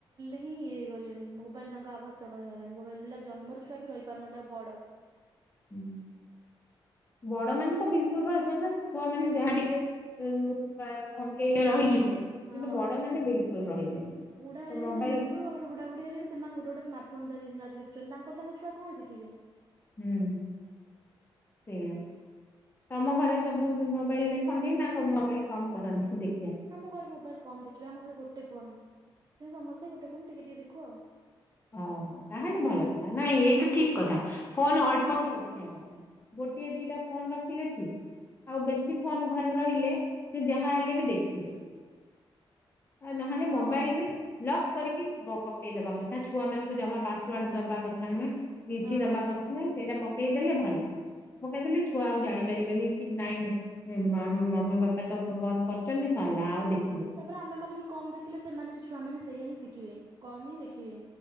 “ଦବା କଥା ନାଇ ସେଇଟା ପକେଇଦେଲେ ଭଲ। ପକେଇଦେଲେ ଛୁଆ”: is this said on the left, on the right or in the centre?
Left